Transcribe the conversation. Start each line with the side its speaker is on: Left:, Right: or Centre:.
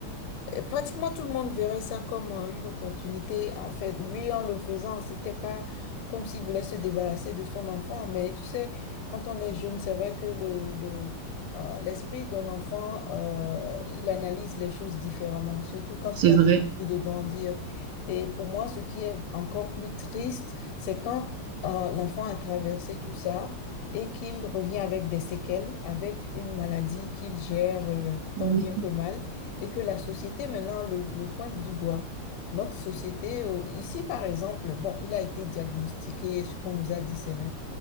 Left: Euh, Pratiquement tout le monde verrait ça comme euh, une opportunité. En fait, lui, en le faisant, c'était pas comme s'il voulait se débarrasser de son enfant. Mais tu sais, quand on est jeune, c'est vrai que le, le, euh, l'esprit d'un enfant, euh, il analyse les choses différemment, surtout quand
Right: c'est
Left: il n'a
Right: vrai.
Left: pas envie de grandir. Et pour moi, ce qui est encore plus triste, c'est quand euh, l'enfant a traversé tout ça et qu'il revient avec des séquelles, avec une maladie qu'il gère euh, tant
Right: Oui.
Left: bien que mal et que la société maintenant le, le pointe du doigt. Notre société, au- ici par exemple, bon, il a été diagnostiqué, ce qu'on nous a dit, c'est le,